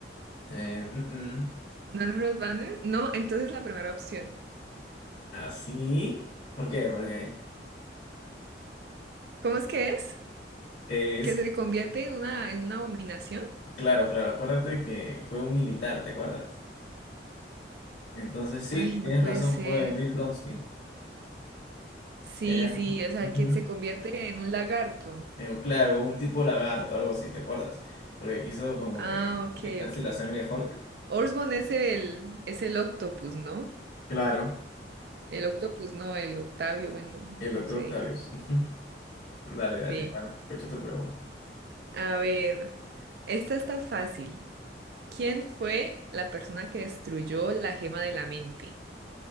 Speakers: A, on the left; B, on the right.
A: Eh, mm, mm.
B: ¿No es Rose Banner? No, entonces la primera opción.
A: ¿Así? ¿Por qué? Porque
B: ¿Cómo es que es?
A: es...
B: ¿Que se convierte en una, en una abominación?
A: Claro, claro, acuérdate que fue un militar, ¿te acuerdas? Entonces sí,
B: Ay, no
A: tienes
B: puede
A: razón,
B: ser.
A: fue Emil Blonsky.
B: Sí,
A: Era...
B: sí, o sea,
A: <laughs>
B: que se convierte en un lagarto.
A: Me Digo, claro, un tipo lagarto, algo así, ¿te acuerdas? Porque quiso como
B: Ah,
A: que
B: ok,
A: inyectarse
B: ok,
A: la sangre
B: ok.
A: de Hulk.
B: Orsborn es el, es el octopus, ¿no?
A: Claro,
B: El octopus, no, el Octavio, bueno,
A: el doctor
B: como se
A: Octavius.
B: diga.
A: Ujú. Dale, dale,
B: Sí.
A: bueno, escucha tu pregunta.
B: A ver, esta está fácil. ¿Quién fue la persona que destruyó la gema de la mente?